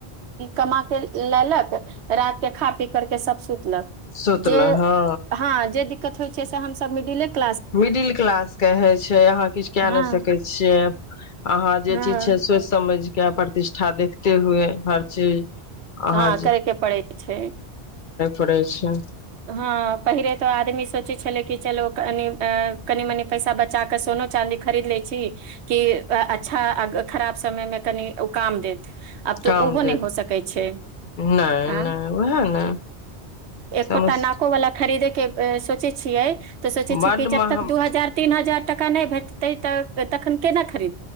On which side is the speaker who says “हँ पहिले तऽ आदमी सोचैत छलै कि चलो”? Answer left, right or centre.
Right